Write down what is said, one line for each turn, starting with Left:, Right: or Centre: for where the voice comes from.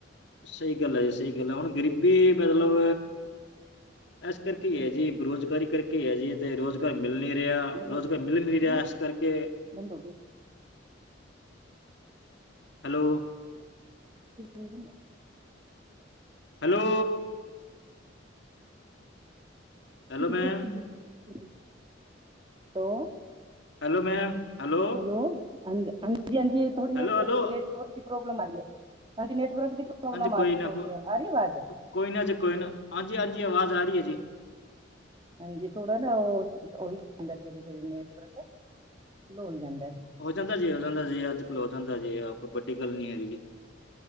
Left: ਸਹੀ ਗੱਲ ਹੈ ਜੀ-ਸਹੀ ਗੱਲ ਹੈ, ਹੁਣ ਗਰੀਬੀ ਮਤਲਬ ਇਸ ਕਰਕੇ ਹੈ ਜੇ ਬੇਰੁਜ਼ਗਾਰੀ ਕਰਕੇ ਕੀ ਹੈ ਜੀ ਤੇ ਰੋਜ਼ਗਾਰ ਮਿਲ ਨਹੀਂ ਰਿਹਾ
Right: ਮਨੋਂ
Left: ਰੋਜ਼ਗਾਰ ਮਿਲ ਨਹੀਂ ਰਿਹਾ
Right: ਮਨੋਂ
Left: ਇਸ ਕਰਕੇ
Right: ਬੰਦ ਹੋ ਗਏ।
Left: ਹੈਲੋ
Right: ਹੂੰ।
Left: ਹੈਲੋ। ਹੈਲੋ ਮੈਮ
Right: ਕ ਦੀ <unintelligible> ਹੈਲੋ।
Left: ਹੈਲੋ ਮੈ ਹੈਲੋ।
Right: ਹੈਲੋ ਹਾਂਜੀ-ਹਾਂਜੀ ਥੋੜੀ ਨੈਟਵਰਕ
Left: ਹੈਲੋ ਹੈਲੋ
Right: ਨੈਟਵਰਕ ਦੀ ਪ੍ਰੋਬਲਮ ਆ ਰਹੀ ਹੈ ਹਾਂਜੀ, ਨੈਟਵਰਕ ਦੀ ਪ੍ਰੋਬਲਮ
Left: ਹਾਂਜੀ
Right: ਆ
Left: ਕੋਈ
Right: ਰਹੀ
Left: ਨਾ
Right: ਥੋੜੀ
Left: ਕੋ
Right: ਹੈ ਆ ਰਹੀ ਆਵਾਜ਼।
Left: ਕੋਈ ਨਾ ਜੀ ਕੋਈ ਨਾ ਹਾਂਜੀ-ਹਾਂਜੀ ਆਵਾਜ਼ ਆ ਰਹੀ ਹੈ ਜੀ।
Right: ਹਾਂਜੀ, ਥੋੜਾ ਨਾ ਉਹ ਹੀ ਜਾਂਦਾ ਜਰੇ ਨੈਟਵਰਕ ਸਲੋ ਹੋ ਜਾਂਦਾ।
Left: ਹੋ ਜਾਂਦਾ ਜੇ, ਹੋ ਜਾਂਦਾ ਜੇ ਅੱਜ-ਕੱਲ ਹੋ ਜਾਂਦਾ ਜੇ ਆਪ ਕੋਈ ਵੱਡੀ ਗੱਲ ਨੀ ਹੈਗੀ ਜੀ।